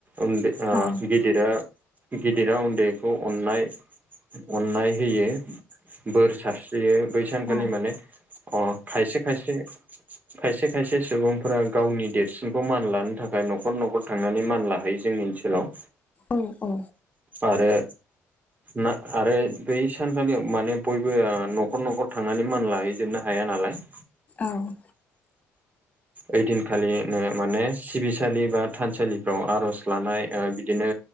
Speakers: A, on the right; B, on the left.
A: उनदै ओ
B: औ
A: गिदिरा गिदिरा उनदैखौ अननाय अननाय होयो बोर सारस्रियो बै सानखालि
B: औ
A: माने आं खायसे खायसे खायसे खायसे खायसे सुबुंफोरा गावनि देरसिनखौ मान लानो थाखाय न'खर न'खर थांनानै मान लाहैयो जोंनि ओनसोलाव।
B: औ औ।
A: आरो ना आरो बै सानखालियाव माने बयबो न'खर न'खर थांनानै मान लाहैजोबना हाया नालाय।
B: औ।
A: ओइदिनखालिनो माने सिबिसालि बा थानसालिफ्राव आर'ज लानाय बिदिनो